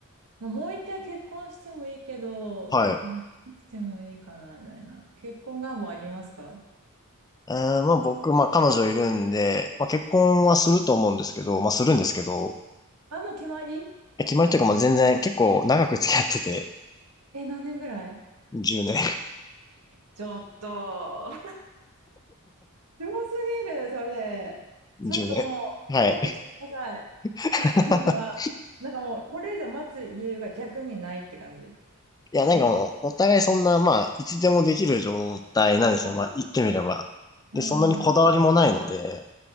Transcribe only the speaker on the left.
はい。
えー、まあ、僕、まあ、彼女いるんで、まあ、結婚はすると思うんですけど、まあ、するんですけど、
え決まりというか、まあ、全然結構長く付き合ってて、
10年、
<laughs>
10年。はい。
<laughs>
いや、なんかもう、
お互いそんな、まあ、いつでもできる状態なんですよ。
まあ、言ってみれば。で、
そんなにこだわりもないので、